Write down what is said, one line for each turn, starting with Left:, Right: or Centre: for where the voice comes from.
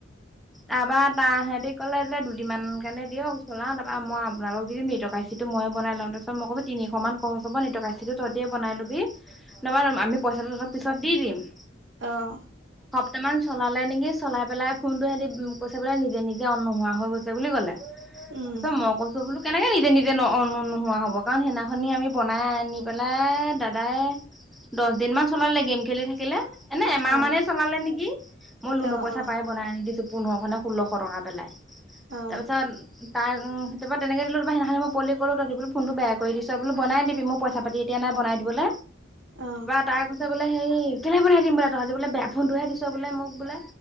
Centre: তাপাৰ তাহেতি ক'লে এলে দুদিনমান কাৰণে দিয়ক। চলা তাৰপা মই আপোনালোক দি দিম নি তকাইচিটো মইয়ে বনাই লম তাৰপাছ মই কৈছো তিনিশ মান খৰচ হব নি তকাইচিটো তহতিয়ে। বনাই লবি নবা আমি পইচাটো তহতক পিছত দি দিম।
Right: আহ।
Centre: কেইটামান চলালে নেকি চলাই পেলাই ফোনটো সিহতি কৈছে পেলাই নিজে নিজে অন নোহোৱা হৈ গৈছে বুলি কলে।
Right: উম
Centre: তাৰপিছত মই কৈছো বোলো। কেনেকে নিজে নিজে ন নোহোৱা হ'ব কাৰণ সেইদিনাখনি আমি বনাই আনি পেলাই দাদাই। দহ দিন মান চলালে গেম খেলি থাকিলে এনে এমাহ
Right: অ
Centre: মানে চলালে নেকি মই লোন
Right: অ
Centre: পইছা
Right: অ
Centre: আনি দিছো পোন্ধৰ খে ষোল্লশ টকা পেলাই
Right: অ
Centre: তাৰ পিছত তাইৰো তেনেক দিলোৰ সদিনা মই পল ক'লোতি বো ফোনটো বেয়া কৰি দিছ বো বাই দিবি মই এতিয়া নাই। বনাই দিব ত
Right: অ
Centre: তাৰ ক বোলে হেৰি কেলে বনাই দিম বোলে তহঁতি বোলে বেয়া ফোনটো দিছ বোলে মোক বোলে।